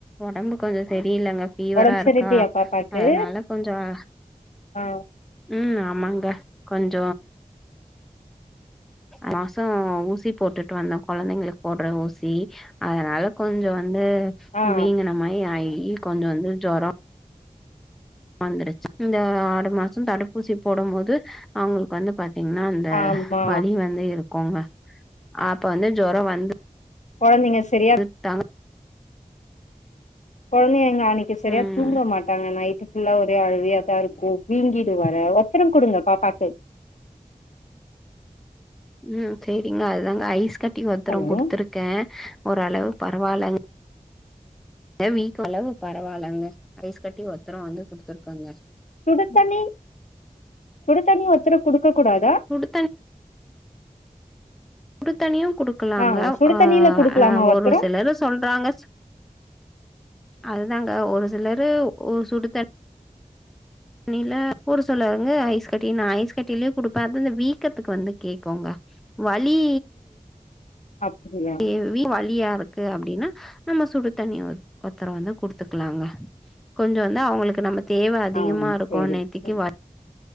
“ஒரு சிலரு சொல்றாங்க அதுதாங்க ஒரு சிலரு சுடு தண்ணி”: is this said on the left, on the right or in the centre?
Centre